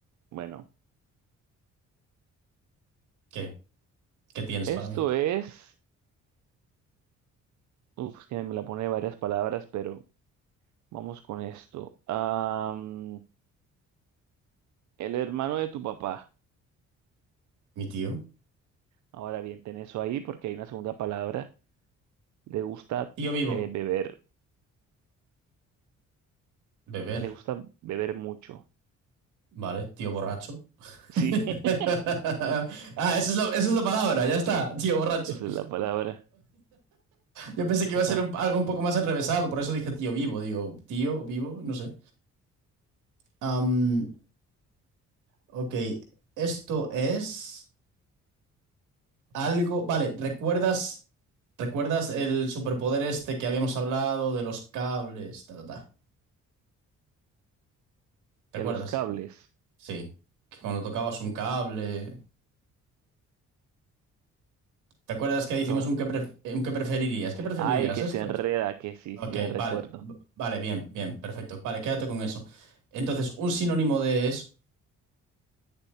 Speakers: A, on the right; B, on the right.
A: bueno,
B: <laughs> ¿Qué? ¿Qué tienes
A: esto
B: para mí?
A: es. Uf, es que me la pone varias palabras, pero vamos con esto. Am, el hermano de tu papá.
B: ¿Mi tío?
A: Ahora bien, ten eso ahí porque hay una segunda palabra. Le gusta
B: Tío vivo.
A: eh, beber.
B: Beber.
A: Le gusta beber mucho. <laughs>
B: Vale. Tío borracho.
A: Sí, <laughs>
B: <laughs> Ah, esa es la, esa es la palabra, ya está, tío borracho.
A: esa es la palabra.
B: Yo pensé
A: Ya
B: que
A: está.
B: iba a ser un- algo un poco más enrevesado, por eso dije tío vivo, digo, tío vivo, no sé. Am, ok, esto es algo, vale, ¿recuerdas, recuerdas el superpoder este que habíamos hablado de los cables, ta, ta, ta? ¿Te
A: De
B: acuerdas?
A: los cables.
B: Sí, que cuando tocabas un cable, ¿te acuerdas que
A: Tocaba.
B: hicimos un que, pref- un que preferirías? ¿Qué preferirías
A: Ay, que
B: esto?
A: se enreda, que sí,
B: Ok,
A: sí, ya recuerdo.
B: vale, v- vale, bien, bien, perfecto. Vale, quédate con eso. Entonces, un sinónimo de es,